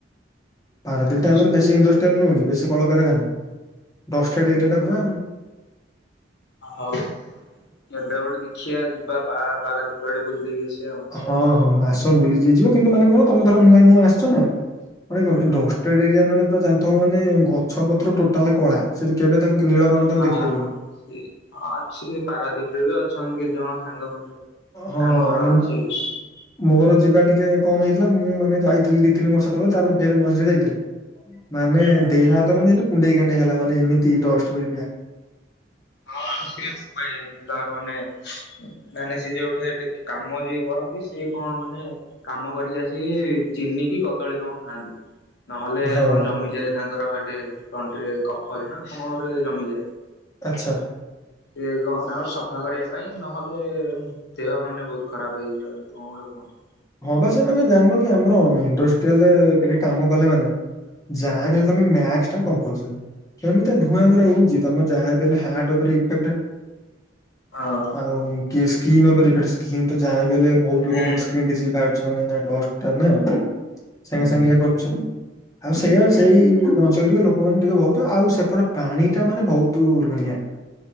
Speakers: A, on the left (about 20°); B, on the left (about 65°).
A: ପାରାଦ୍ୱୀପ
B: ଆଚ୍ଛା।
A: ଟା ଆମର ବେଶୀ ଇଣ୍ଡଷ୍ଟ୍ରିଆଲ ନୁହେଁ କି ବେଶୀ କଳକାରଖାନା ଡ୍ରଷ୍ଠଡେ ଏରିଆ ଟା ପୁରା।
B: ଆଉ କେବେ ଗୋଟେ ଦେଖିବା ଯିବା ପା ପାରାଦୀପିଆଡେ ବୁଲି ଦେଇକି ଆସିବା ଆଉ।
A: ହଁ ହଁ ଆସ ବୁଲିକିଯିବ କିନ୍ତୁ ମାନେ କଣ ତମେ ଧର ନୂଆ ନୂଆ ଆସଛ ନା ମାନେ କ
B: ହୁଁ
A: ଡଷ୍ଟ <unintelligible> ଏରିଆ ମାନେ ଗଛ ପତ୍ର ଟୋଟାଲ କଳା। ସେଠି କେବେ ତାକୁ <unintelligible>
B: ହଁ
A: ଦେଖିପାରିବନି।
B: ସି ହଁ ଅଛି ପାରାଦ୍ୱୀପ ରେ ବି ଅଛନ୍ତି କିଛି ଜଣ ସାଙ୍ଗ ଖଣ୍ଡେ।
A: ହଁ
B: ତାଙ୍କ ଘର
A: ରେମ୍
B: ଅଛି।
A: ମୋର ଯିବା ଟିକେ କମ ହେଇଥିଲା ମୁଁ ମାନେ ଯାଇଥିଲି ଦି ତିନି ବର୍ଷ ତଳେ ତାପରେ ଫେର ମଝିରେ ଯାଇଥିଲି। ମାନେ
B: ହଁ
A: ଦେହ ହାତ ମାନେ କୁଣ୍ଡେଇ କାଣ୍ଡେଇ ହେଲା ମାନେ ଏମିତି ଡଷ୍ଟ <unintelligible>
B: ହଁ ସେୁ ଭାଇ ଏ ଯୁ ତାର ମାନେ <unintelligible> ମାନେ ସିଏ ଯୋଉଠି କାମ ଯିଏ କରନ୍ତି ସିଏ କଣ ମାନେ କାମ କରିକି ଆସିକି ଚିନି କି କଦଳୀ କଣ ଖାଆନ୍ତି? ନହେଲେ
A: ହଁ
B: କଣ ଜମିଯାଏ ତାଙ୍କର ହେଠେ ତଣ୍ଟିରେ କଫଜ ନା କଣରେ ଜମିଯାଏ।
A: ଆଚ୍ଛା।
B: ସେ କଣ ତାଙ୍କର ସଫା କରିବା ପାଇଁ ନହେଲେ ଦେହ ମାନେ ବହୁତ ଖରାପ ହେଇଯିବ ଏମିତି କଣ ଗୋଟେ କୁହନ୍ତୁ?
A: ହଁ ବା ସେମାନେେ ଜାଣିବ କି ଆମରେ ଇଣ୍ଡ ତି ହେଲେ ହେଠୀ କାମ କଲେ ମାନେ ଯାହା ବି ହେଲେ ତମେ ମାସ୍କ ଟା କମ୍ପଲସରି। କେମିତି ଧୂଆଁ ଉରା ଉଡୁଛି ତମର ଯାହା ହେଲେ ହାର୍ଟ ଉପରେ ଇଫେକ୍ଟ।
B: ହଁ।
A: ଆଉ କିଏ ସ୍କିନ ଓପରେ ଡ଼ିପେଡ଼ ସ୍କିନ୍ ତ ଯାହାବି ହେଲେ ବୋହୁତ
B: ହଁ
A: ଲୋକଙ୍କର ସ୍କିନ୍ ଡିଜିଜ ବାହାରୁଚି ମାନେ ଏଇଟା ଡଷ୍ଟଟା ନା ସାଙ୍ଗେ ସାଙ୍ଗେ ଇଏ କରୁଚି। ଆଉ ସେଇଆ
B: ହୁଁ
A: ସେଇ ଅଞ୍ଚଳ ଟିକେ ଲୋକମାନେ ଟିକେ ବୋହୁତ ଆଉ ସେପଟେ ପାଣି ଟା ମାନେ ବୋହୁତୁ ଲୁଣିଆ।